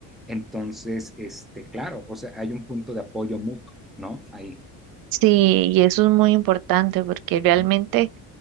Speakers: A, in the centre; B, on the right.
A: Entonces, este, claro, o sea, hay un punto de apoyo mutuo, ¿no? Ahí.
B: Sí, y eso es muy importante porque realmente...
A: Ujú.